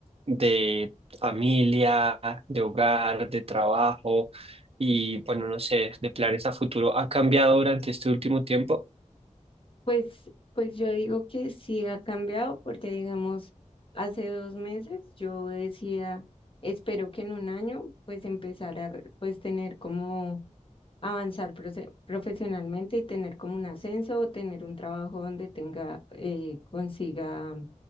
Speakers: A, on the right (about 50°); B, on the left (about 45°).
A: de familia, de hogar, de trabajo y, bueno, no sé, de planes a futuro? ¿Ha cambiado durante este último tiempo?
B: Pues, pues yo digo que sí ha cambiado porque, digamos, hace dos meses yo decía, espero que en un año pues empezar a, re- pues tener como avanzar profe- profesionalmente y tener como un ascenso o tener un trabajo donde tenga, eh, consiga,